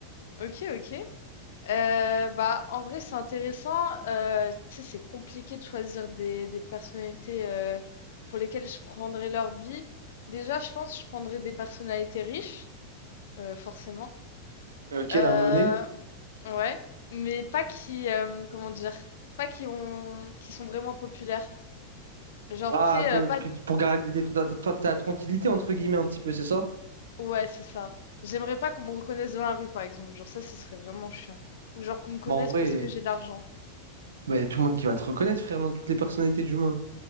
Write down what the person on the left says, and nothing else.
Ok, ok. Euh, bah, en vrai, c'est intéressant. Euh, tu sais, c'est compliqué de choisir des, des personnalités euh, pour lesquelles je prendrais leur vie. Déjà, je pense que je prendrais des personnalités riches, euh, forcément.
Euh,
ouais, mais pas qui, euh, comment dire, pas qui ont, qui sont vraiment populaires. Genre,
tu sais,
euh, pas.
Ouais, c'est ça. J'aimerais pas qu'on me reconnaisse dans la rue, par exemple. Genre, ça, ce serait vraiment chiant. Ou genre qu'on me connaisse
parce que j'ai d'argent